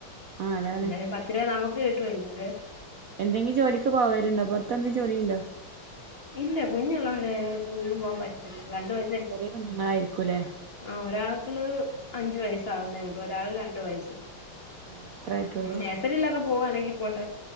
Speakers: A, on the right; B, on the left.
A: ആ അതാണ്
B: എന്തായാൽ പ ഇത്തരെ നമക്ക് കിട്ടുംവല്ലോലെ?
A: എന്തെങ്കിജോലിക്ക് പോവല്ണ്ടോ പൊറത്തെഎന്തും ജോലിണ്ടോ?
B: ഇല്ല കുഞ്ഞുള്ളകൊണ്ട് എങ്ങും പോവാൻ പറ്റത്തില്ല രണ്ട് വയ
A: ചെറിയ കുഞ്ഞുങ്ങളാരിക്കൂലെ?
B: ആ ഒരാക്ക്ള് അഞ്ചു വയസ്സാക്ന്നേള്ളൂ ഒരാൾ രണ്ട് വയസ്സും.
A: ആ അത്ര ആയിട്ടുള്ളൂ
B: നെഴ്സറിലൊക്കെ പോവാണെങ്കി പോട്ടെ.